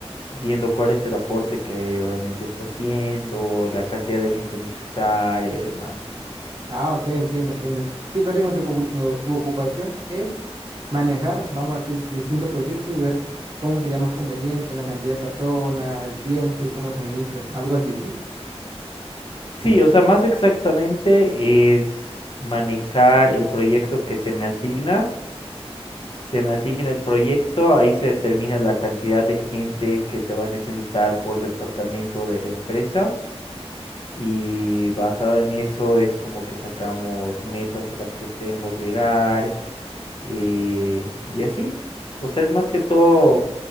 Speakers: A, on the left; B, on the right.
A: viendo cuál es el aporte que realmente está haciendo, la cantidad de gente necesaria y demás.
B: Ah, ok, entiendo, entiendo. Sí, prácticamente tu, ocu- o tu ocupación es manejar, vamos a decir, distintos proyectos y ver cómo sería más conveniente en la cantidad de personas, el tiempo y cómo se administra, algo así, ¿sí?
A: Sí, o sea, más exactamente es manejar el proyecto que se me asigna. Se me asigna el proyecto, ahí se determina la cantidad de gente que se va a necesitar por departamento de la empresa. Y basado en eso es como que sacamos metas a las que queremos llegar, Y, y así, pues es más que todo